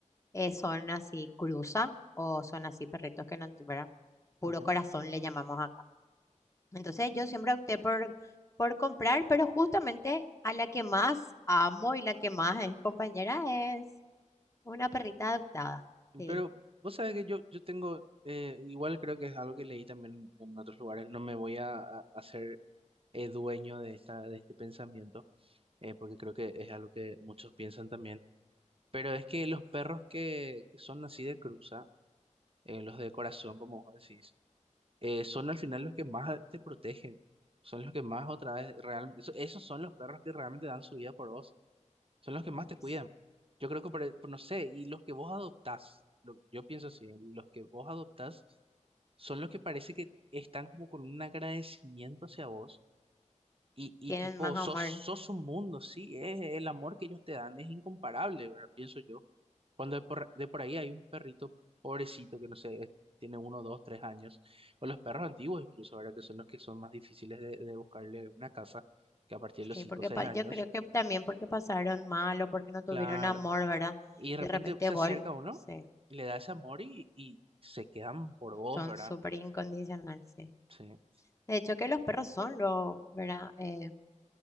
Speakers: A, on the left (about 25°); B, on the right (about 45°).
A: Eh, son así cruza o son así perritos que no, te- ¿verdad? Puro
B: ujú.
A: corazón le llamamos acá. Entonces yo siempre opté por, por comprar, pero justamente a la que más amo y la que más es compañera es una perrita adoptada. Sí,
B: Pero vos sabés que yo, yo tengo, eh, igual creo que es algo que leí también en otros lugares, no me voy a, a- a ser eh, dueño de esta, de este pensamiento, eh, porque creo que es algo que muchos piensan también, pero es que los perros que, que son así de cruza, eh, los de corazón, como vos decís, eh, son al final los que más te protegen, son los que más otra vez realmente, esos son los perros que realmente dan su vida por vos. Son los que más
A: es-
B: te cuidan. Yo creo que, por, e, por- no sé, y los que vos adoptás, lo- yo pienso así, ¿eh? los que vos adoptás son los que parece que están como con un agradecimiento hacia vos y, y
A: tienen
B: tipo,
A: más
B: sos,
A: amor.
B: sos un mundo, sí, es el amor que ellos te dan, es incomparable, ¿verdad? Pienso yo. Cuando de por, de por ahí hay un perrito pobrecito que no sé, es- tiene uno, dos, tres años, o los perros antiguos incluso, ¿verdad? Que son los que son más difíciles de, de buscarle una casa, que a partir de los
A: Sí,
B: cinco
A: porque
B: o seis
A: pa-
B: años.
A: yo creo que también porque pasaron mal o porque no tuvieron
B: Claro.
A: amor, ¿verdad?
B: Y de
A: De
B: repente
A: repente
B: se
A: vol,
B: acerca uno
A: sí,
B: y le da ese amor y, y se quedan por vos,
A: son
B: ¿verdad?
A: súper incondicionales, sí.
B: Sí,
A: De hecho que los perros son lo, ¿verdad? Eh,